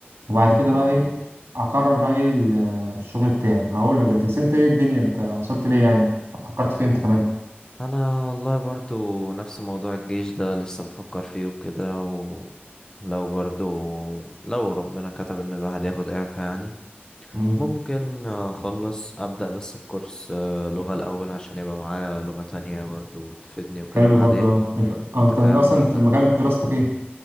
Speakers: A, on the right; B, on the left.
A: وبعد
B: ان
A: كده
B: شاء
A: بقى ايه
B: الله
A: اقرر بقى ايه ال- الشغل بتاعي هقول لك دلوقتي بس انت ايه الدنيا انت وصلت ليه يعني فكرت فين انت كمان
B: انا والله برضو نفس موضوع الجيش ده لسه بفكر فيه وكده ولو برضو لو ربنا كتب ان الواحد ياخد اعفاء يعني
A: امم
B: ممكن اخلص ابدا بس في كورس آه، لغة الاول عشان يبقى معايا لغة تانية برضو تفيدني وكده
A: حلو
B: بعدين
A: برضه اه انت آه،
B: انت فاهم
A: انت اصلا
B: برضو
A: انت مجال دراستك ايه